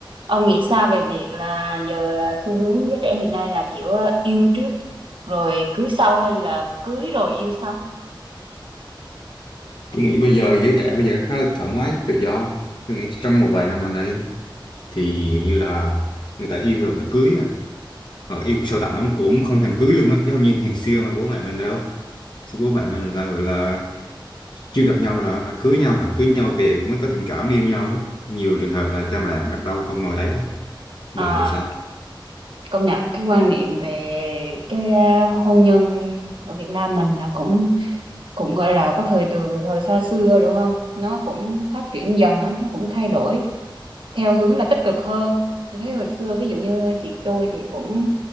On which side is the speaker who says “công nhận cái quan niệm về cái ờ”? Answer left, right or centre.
Right